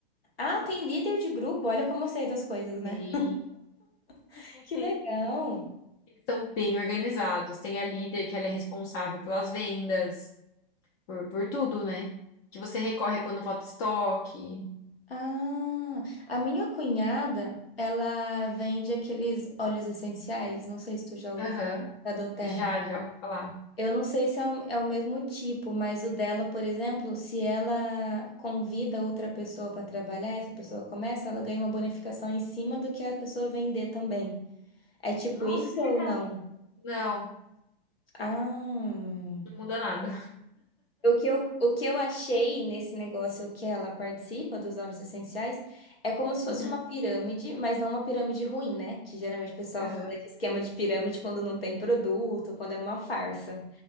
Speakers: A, on the left (about 80°); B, on the left (about 30°).
A: Ah, tem líder de grupo. Olha como eu sei das coisas, né?
B: sim
A: <laughs>
B: <laughs>
A: Que legal.
B: Eles são bem organizados. Tem a líder, que ela é responsável pelas vendas, por, por tudo, né? Que você recorre quando falta estoque.
A: Ah, a minha cunhada, ela vende aqueles óleos essenciais. Não sei se tu já ouviu
B: Aham.
A: falar da doTERRA.
B: Já, já ouvi falar.
A: Eu não sei se é o, é o mesmo tipo, mas o dela, por exemplo, se ela convida outra pessoa para trabalhar, essa pessoa começa, ela ganha uma bonificação em cima do que a pessoa vender também. É tipo
B: Nossa,
A: isso
B: que legal.
A: ou não?
B: Não,
A: Ah.
B: não muda nada.
A: O que eu, o que eu achei nesse negócio que ela participa dos óleos essenciais é como se fosse
B: Uhum.
A: uma pirâmide, mas não uma pirâmide ruim, né? Que geralmente o pessoal
B: Aham.
A: fala de esquema de pirâmide quando não tem produto, quando é uma farsa.